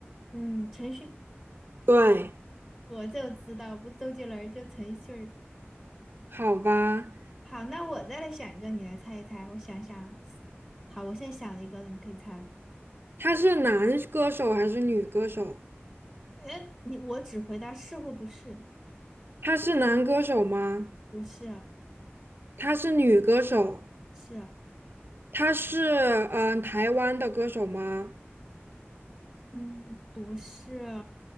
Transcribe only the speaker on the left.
嗯，陈迅，
我就知道，不是周杰伦儿就陈迅儿。
好，那我再来想一个，你来猜一猜。我想想啊好，我现在想了一个了，你可以猜了。
哎，你我只回答是或不是，
不是，
是，
嗯，不是，